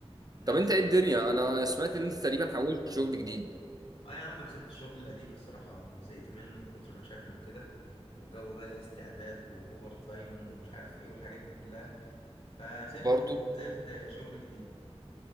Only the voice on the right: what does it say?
طب انت
ايه الدنيا انا سمعت ان انت تقريبا حولت شغل جديد
برضو